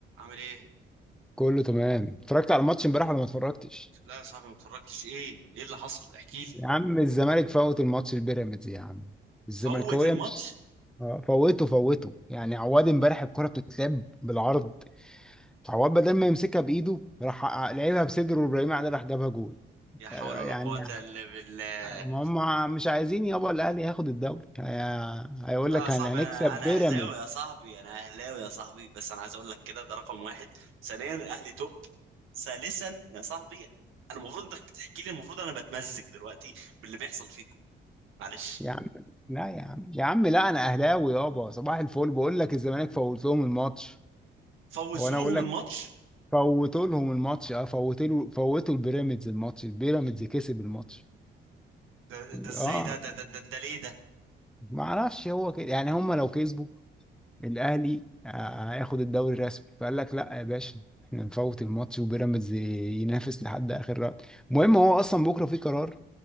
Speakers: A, on the right; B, in the centre.
A: عامل ايه؟
B: كله تمام اتفرجت على الماتش امبارح ولا ما اتفرجتش
A: لا يا صاحبي ما اتفرجتش ايه؟ ايه اللي حصل؟ احكي لي
B: يا عم الزمالك فوت الماتش البيراميدز يا عم الزملكاويه
A: فوت الماتش
B: مش آه، فوته فوته يعني عواد امبارح الكره بتتلعب بالعرض عواد بدل ما يمسكها بايده راح لعبها بصدره وابراهيم عادل راح جابها جول
A: يا حول
B: يعني
A: ولا قوة الا بالله
B: ما هم مش عايزين يابا الاهلي ياخد الدوري هي- هيقول
A: لا
B: لك
A: يا صاحبي
B: هن- هنكسب
A: انا
B: بيراميدز
A: انا اهلاوي يا صاحبي انا اهلاوي يا صاحبي بس انا عايز اقول لك كده ده رقم واحد ثانيا الاهلي توب ثالثا يا صاحبي انا المفروض انك بتحكي لي المفروض انا بتمزج دلوقتي باللي بيحصل فيكم معلش
B: يا عم لا يا عم يا عم لا انا اهلاوي يابا صباح الفل بقول لك الزمالك فوت لهم الماتش
A: فوزوهم
B: وانا اقول لك
A: الماتش
B: فوتوا لهم الماتش اه فوتوا له- فوتوا البيراميدز الماتش البيراميدز كسب الماتش
A: ده ده ازاي
B: اه
A: ده ده ده, ده, ده ليه ده
B: ما اعرفش هو كده يعني هم لو كسبوا الاهلي آه، هياخد الدوري الرسمي فقال لك لا يا باشا احنا نفوت الماتش وبيراميدز ينافس لحد اخر رات المهم هو اصلا بكره في قرار